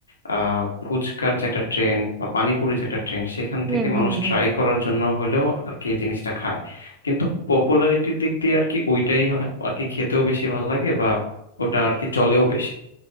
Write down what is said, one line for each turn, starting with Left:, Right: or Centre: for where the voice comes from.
Left: আহ, ফুচকার যে একটা ট্রেন্ড বা পানিপুরির যে একটা ট্রেন্ড সেখান
Right: হুম
Left: থেকে
Right: হুম
Left: মানুষ
Right: হুম
Left: ট্রাই করার জন্য হলেও আর কি এই জিনিসটা খায় কিন্তু পপুলারিটির দিক দিয়ে আর কি ওইটাই হয়- আর কি খেতেও বেশি ভাল লাগে বা ওটা আর কি চলেও বেশি